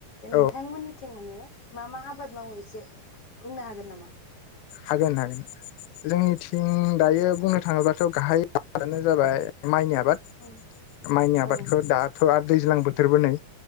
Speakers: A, on the left; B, on the left.
A: औ
B: नोंथांमोननिथिं माने मा मा आबाद मावो एसे बुंनो हागोन नामा?
A: हागोन हागोन जोंनिथिं दायो बुंनो थाङोब्लााथ' गाहाय आबादानो जाबाय माइनि आबाद
B: उम
A: माइनि आबादखौ
B: औ
A: दाथ' आरो दैज्लां बोथोरबो नै